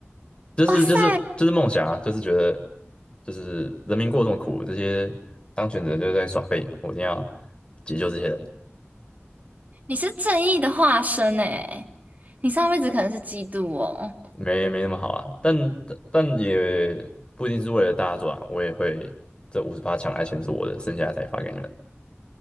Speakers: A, on the left (about 25°); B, on the right (about 40°).
A: 就是就是就是梦想啊，
B: 哇塞，
A: 就是觉得就是人民过这么苦，这些当权者就是在耍废，我一定要解救这些人，
B: 你是正义的化身诶，你上辈子可能是基督哦。
A: 没没那么好啊，但但但也不一定是为了大家做啊，我也会这五十八抢来钱是我的，剩下的才发给你们。